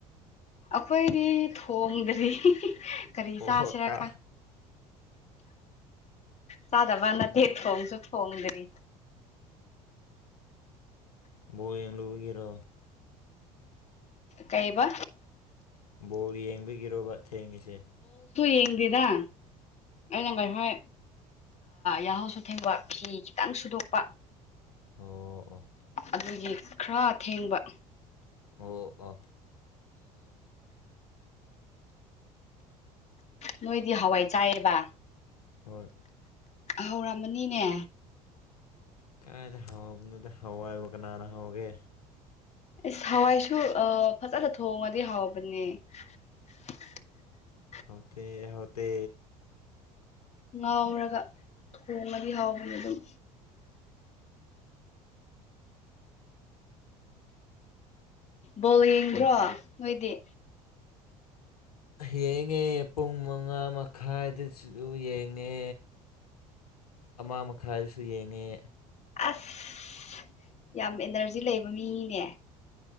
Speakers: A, on the left; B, on the left.
A: ꯑꯩꯈꯣꯏꯗꯤ ꯊꯣꯡꯗ꯭ꯔꯤ ꯀꯔꯤ
B: ꯑꯣ
A: ꯆꯥꯁꯤꯔꯥ
B: ꯀꯥ
A: ꯆꯗꯕ ꯅ ꯊꯦꯠ ꯍꯣꯡꯪꯁꯨꯠ ꯍꯣꯡꯗ꯭ꯔꯤ
B: ꯕꯣꯌꯦꯨ ꯒꯦꯔꯥ
A: ꯀꯩꯕ
B: ꯕꯣꯔꯜ ꯌꯦꯡꯕꯤꯒꯤꯔꯕ ꯊꯦꯡꯉꯁꯦ
A: ꯌꯦꯡꯗꯗꯥ ꯑꯩꯅꯪ ꯉꯥꯏ ꯍꯣꯏ ꯌꯥꯍꯧꯁꯨ ꯊꯦꯡꯕ ꯐꯤ ꯈꯤꯇꯪ ꯁꯨꯗꯣꯛꯄ
B: ꯑꯣ
A: ꯑꯗꯨꯒꯤ ꯈꯔ ꯑꯊꯦꯡꯕ
B: ꯑꯣ ꯑ
A: ꯅꯣꯏꯗꯤ ꯍꯋꯥꯏ ꯆꯥꯏꯌꯦꯕ
B: ꯍꯣꯏ
A: ꯍꯧꯔꯝꯃꯅꯤꯅꯦ
B: ꯀꯥꯏꯗ ꯍꯕꯅꯠꯇ ꯍꯋꯥꯏꯕ ꯀꯅꯥꯅ ꯍꯥꯎꯒꯦ
A: ꯑꯦꯁ ꯍꯋꯥꯏꯁꯨ ꯑ ꯐꯖꯅ ꯊꯣꯡꯉꯗꯤ ꯍꯥꯎꯕꯅꯦ <unintelligible>
B: ꯍꯧꯥꯎꯊ ꯍꯧꯥꯎꯇ
A: ꯉꯥꯎꯔꯒ ꯊꯣꯡꯉꯗꯤ ꯍꯥꯎꯕꯅꯦ ꯑꯗꯨꯝ ꯕꯣꯜ ꯌꯦꯡꯗ꯭ꯔꯣ ꯅꯣꯏꯗꯤ
B: ꯌꯦꯉꯦ ꯃꯉꯥ ꯃꯈꯥꯏꯗꯁꯨ ꯌꯦꯡꯉꯦ ꯑꯃ ꯃꯈꯥꯏꯗꯁꯨ ꯌꯦꯡꯉꯦ
A: ꯑꯁ ꯌꯥꯝ ꯑꯦꯅꯔꯖꯤ ꯂꯩꯕ ꯃꯤꯅꯦ